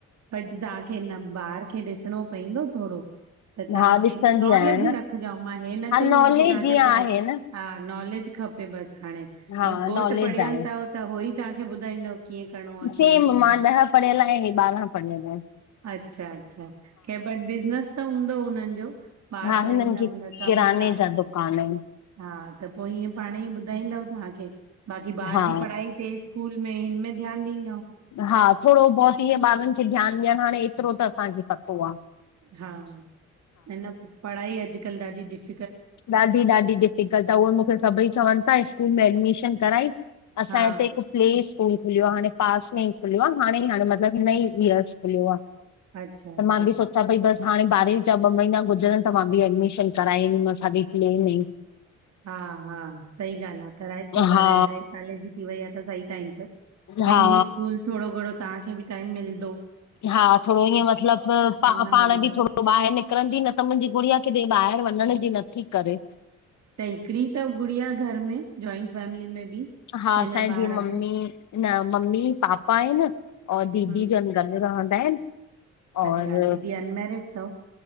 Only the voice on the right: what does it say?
अॼु तव्हांखे हिन ॿार खे ॾिसणो पइंदो थोड़ो। त तहांखे
नॉलेज
रखिजो मां हे न
चईंदमि
की तहांखे
पढ़ाई
हा नॉलेज खपे बसि हाणें अग
घोटु
पढ़ियल
तव त हो ई तहांखे ॿुधाईंदव कीअं करिणो आ
कींअं न करिणो।
अच्छा अच्छा खैर बट बिज़नेस त हूंदो उन्हनि जो ॿाहर
त
वेंदा
हूंदा कम
छा हे?
हा त पो ईयं पाणं ई ॿुधाईंदव तहांखे बाक़ी ॿार
जी पढ़ाई तेज़ स्कूल में हिन में ध्यान ॾींद्
हा न न पढ़ाई अॼुकल्ह ॾाढी डिफ
हा
अच्छा अच्छा
हा हा सही ॻाल्हि आ, कराए चोस
हाणे अढाई साले जी थी वई आ त सही टाइम तसि।
वेंदी स्कूल थोड़ो घणों तहांखे बि टाइम मिलदो।
न
मिलंदो
त हिकिड़ी तव गुड़िया घर में जॉइंट फैमिली में बि,
की अंञां
ॿार
अथव?
हम्म
अच्छा दीदी अनमेरिड तव